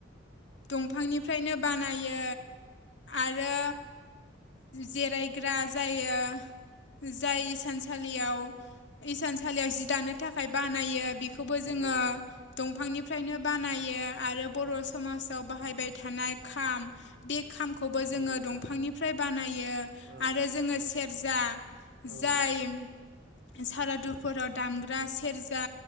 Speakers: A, on the left; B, on the right.
A: दंफांनिफ्रायनो बानायो आरो जिरायग्रा जायो जाय इसानसालियाव इसानसालियाव जि दानो थाखाय बानायो बेखौबो
B: नंगौ
A: जोङो दंफांनिफ्रायनो बानायो आरो बर' समाजाव बाहायबाय थानाय खाम बे खामखौबो
B: नंगौ
A: जोङो दंफांनिफ्राय बानायो
B: औ
A: आरो जोङो सेरजा जाय
B: औ
A: सारादुफोराव दामग्रा सेरजा